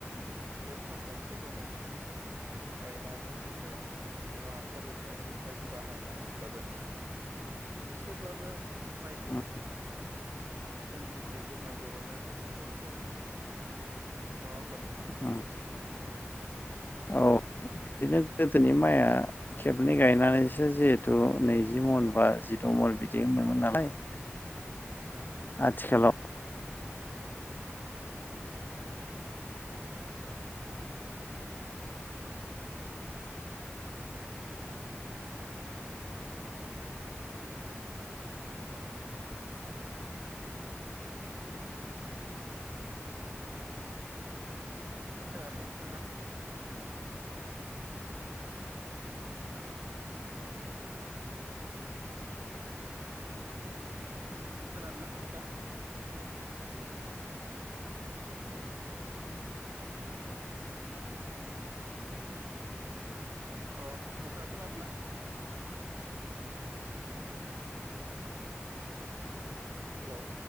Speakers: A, on the right (about 60°); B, on the left (about 45°).
A: बे सन मोनसेखौनो गायनानै हयथ' बेयाव हासार हुसार बायदि बाहायनानैब्लाबो एसेब्लाबो माइखौ
B: उम
A: सिगांनिख्रुइ गोबां बरननायखौ जों नुनो मोनो। नङा होमबा नोंथां।
B: उम औ बिदिनो गोदोनि माइआ खेबनै गायनानैसो जिहेथु नैजि मन बा जिद' मन बिदि होनोमोन नालाय <inaudible>
A: उम
B: आथिखालाव
A: खोनादोंना आमफ्राय खोनादों ना नोंथां? अ नोंथाङा खोनादों ना? हेलौ